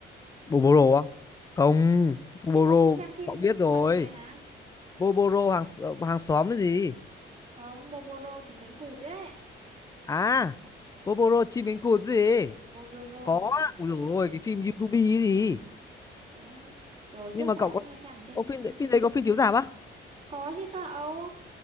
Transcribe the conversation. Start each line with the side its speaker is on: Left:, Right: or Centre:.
Left: Boboro á không Boboro
Right: chứ cậu không xem phim
Left: cậu biết rồi
Right: hoạt hình này hả
Left: Boboro hàng x- hàng xóm cái gì
Right: không Boboro chú cánh cụt đấy
Left: à Boboro chim cánh cụt gì
Right: Bolero
Left: có
Right: nhỉ
Left: á. ui dồi
Right: ừ
Left: ôi cái phim YouTube ấy gì
Right: đúng rồi trước
Left: nhưng mà
Right: cháu
Left: cậu
Right: cũng
Left: có
Right: hay xem ở trên
Left: Ô, phim đấy-
Right: tivi
Left: phim đấy có phim chiếu rạp á
Right: có chứ cậu